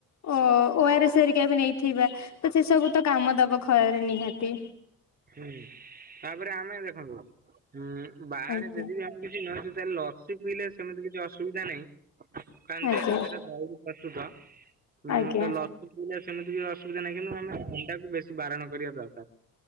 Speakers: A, on the left; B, on the right.
A: ଓ -ଓଆରଏସ ହେରିକା ବି ନେଇଥିବା ତ ସେସବୁ ତ କାମ ଦବ ଖରାରେ ନିହାତି।
B: ହୁଁ ତାପରେ ଆମେ ଦେଖନ୍ତୁ ବାହାରେ
A: ଆଜ୍ଞା।
B: ଯଦି ବି ଆମେ କିଛି <unintelligible> ତାହେଲେ ଲ ଲସି ପିଇଲେ ସେମିତି କିଛି ଅସୁବିଧା ନାହିଁ କାରଣ
A: ଆଜ୍ଞା
B: ଯେହେତୁ ସେଇଟା ଦହିରୁ ପ୍ରସ୍ତୁତ। ହୁଁ
A: ଆଜ୍ଞା
B: ତ ଲସି ପିଇଲେ ସେମିତି କି ଅସୁବିଧା ନାହିଁ କିନ୍ତୁ ଆମେ ଥଣ୍ଡାକୁ ବେଶୀ ବାରଣ କରିବା ଦରକାର।